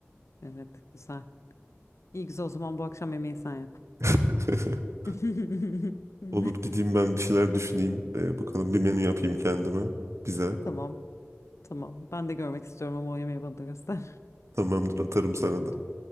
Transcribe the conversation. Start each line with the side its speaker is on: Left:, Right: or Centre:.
Left: Evet güzel. İyi güzel o zaman bu akşam yemeği sen yap.
Right: <laughs>
Left: <laughs>
Right: Olur gideyim ben bir şeyler düşüneyim. Ee, bakalım bir menü yapayım kendime. Bize.
Left: Tamam, tamam. Ben de görmek istiyorum ama o yemeği bana da göster.
Right: Tamamdır atarım sana
Left: <laughs>
Right: da.